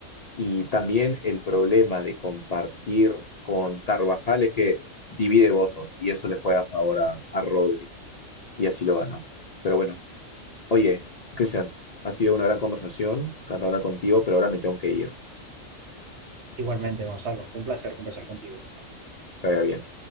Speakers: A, on the left (about 60°); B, on the right (about 65°).
A: Y también el problema de compartir con Carvajal es que divide votos y eso le juega a favor a, a Rodri y así lo ganó. Pero bueno, oye, Cristian, ha sido una gran conversación, encantado de hablar contigo, pero ahora me tengo que ir.
B: Igualmente, Gonzalo, fue un placer conversar contigo.
A: Que vaya bien.